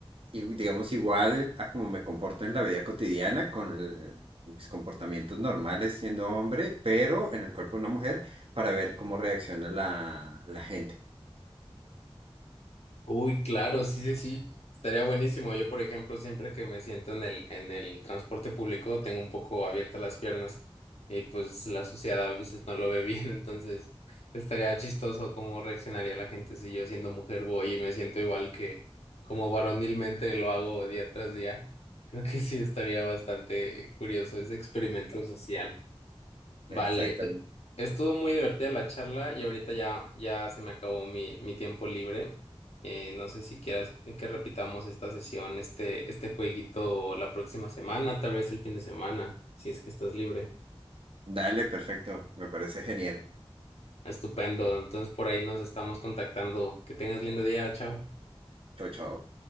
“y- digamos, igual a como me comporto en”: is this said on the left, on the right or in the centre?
Right